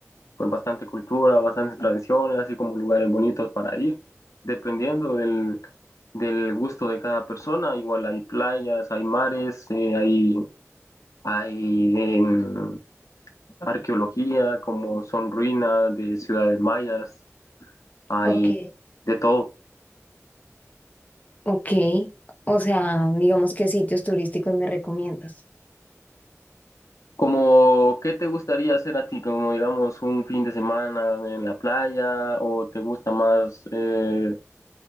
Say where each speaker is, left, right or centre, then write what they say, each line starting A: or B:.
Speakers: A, on the left (about 85°); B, on the left (about 30°).
A: pues bastante cultura, bastantes tradiciones, así como lugares bonitos para ir, dependiendo del, del gusto de cada persona, igual hay playas, hay mares, eh, hay, hay em, arqueología, como son ruinas de ciudades mayas, hay
B: Ok,
A: de todo.
B: ok, o sea, digamos, ¿qué sitios turísticos me recomiendas?
A: Como, ¿qué te gustaría hacer a ti? Como, digamos, un fin de semana en la playa o te gusta más, eh,